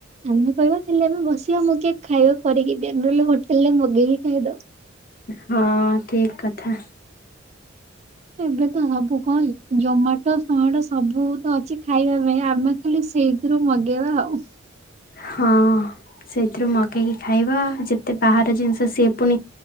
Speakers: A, on the right (about 35°); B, on the left (about 45°).
A: ଆମେ କହିବା ଖାଲି ଆମେ ବସିବା ମୁଁ କିଏ ଖାଇବା କରିକି ହୋଟେଲରେ ମଗେଇକି ଖାଇଦବା।
B: ହଁ ଠିକ କଥା।
A: ଏବେ ତ ସବୁ କଣ ଜମାଟୋ ଫମାଟ ସବୁ ତ ଅଛି ଖାଇବା ପାଇଁ ଆମେ ଖାଲି ସେଇଥିରୁ ମଗେଇବା ଆଉ।
B: ହଁ ସେଥିରୁ ମଗେଇକି ଖାଇବା ଯେତେ ବାହାର ଜିନିଷ ସି ପୁଣି